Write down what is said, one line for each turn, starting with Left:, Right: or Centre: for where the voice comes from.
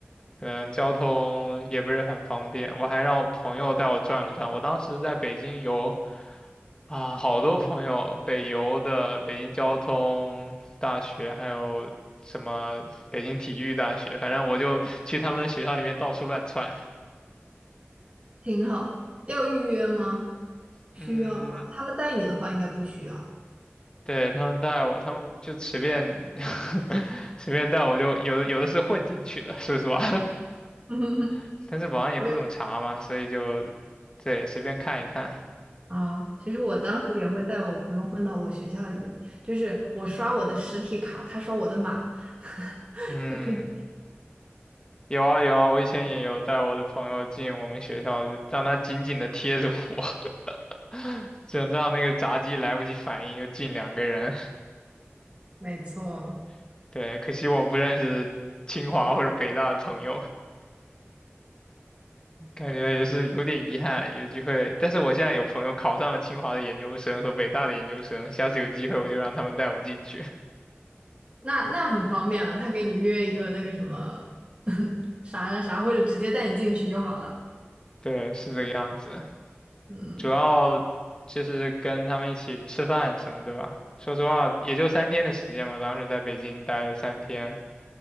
Left: 嗯，交通也不是很方便。我还让我朋友带我转了转，我当时在北京游啊、好多朋友，北邮的、北京交通大学，还有什么北京体育大学，反正我就去他们的学校里面到处乱窜。
Right: 挺好。要预约吗？需要吗？
Left: 嗯，
Right: 他们带你的话应该不需要。
Left: 对，他们带我，他们就随便 <laughs> 随便带我就有的有的是混进去的，说实话，
Right: <laughs>
Left: <laughs> 但是保安也不怎么查嘛，
Right: 我。
Left: 所以就对随便看一看。
Right: 啊，其实我当时也会带我朋友混到我学校里面，就是我刷我的实体卡，他刷我的码，<laughs>
Left: 嗯，
Right: 就可以。
Left: 有啊有啊，我以前也有带我的朋友进我们学校，就让他紧紧的贴着我，<laughs> 就让那个闸机来不及反应就进两个人。
Right: 没错，
Left: <laughs> 对，可惜我不认识清华或者北大的朋友。感觉也是有点遗憾，有机会。但是我现在有朋友考上了清华的研究生和北大的研究生，下次有机会我就让他们带我进去。
Right: 那那很方便了，他给你约一个那个什么 <laughs> 啥啥啥，或者直接带你进去就好了。
Left: <laughs> 对，是这个样子。
Right: 嗯，
Left: 主要就是跟他们一起吃饭什么的吧。说实话，也就三天的时间嘛，当时在北京待了三天，